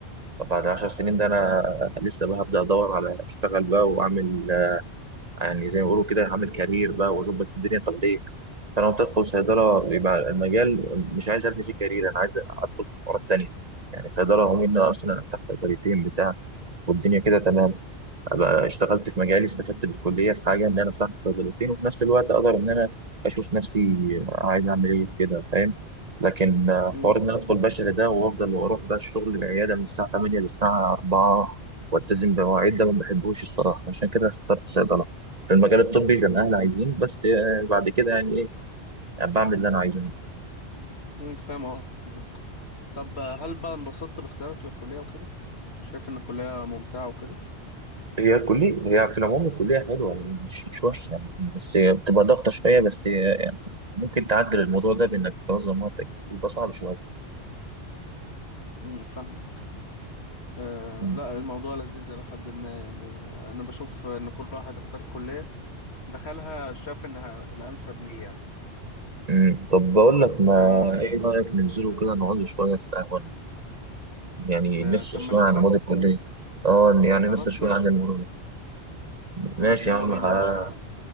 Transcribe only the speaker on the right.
طب بعد عشر سنين ده انا لسه بقى هبدا ادور على اشتغل بقى واعمل آه، يعني زي ما بيقولوا كده اعمل كارير بقى واظبط الدنيا طب ليه؟ فانا وأنت ادخل صيدله يبقى المجال مش عايز ابني فيه كارير انا عايز ادخل في حوارات تانيه يعني صيدله هم ان انا اصلا افتح صيدليتين بتاع والدنيا كده تمام أبقى اشتغلت في مجالي استفدت بالكليه في حاجه ان انا فتحت صيدليتين وفي نفس الوقت اقدر ان انا اشوف نفسي عايز اعمل ايه كده فاهم لكن آه،
حوار ان انا ادخل بشري ده وافضل واروح بقى الشغل العياده من الساعه 8 للساعه 4 والتزم بمواعيد ده ما بحبوش الصراحه عشان كده اخترت صيدله في المجال الطبي زي ما احنا عايزين بس آه، بعد كده يعني ايه يعني بعمل اللي انا عايزه
هي الكلية هي في العموم الكلية حلوة يعني مش مش وحشة يعني بس هي بتبقى ضغطة شوية بس ممكن تعدل الموضوع ده بانك تنظم وقتك بس يبقى صعب شويه
مم.
مم. طب بقول لك ما
ايه رايك ننزلوا كده نقعدوا شويه في القهوه يعني
نفصل شويه
عن مواد الكليه اه يعني
نفصل شويه
عن الموضوع ده ماشي
يا عم
ه-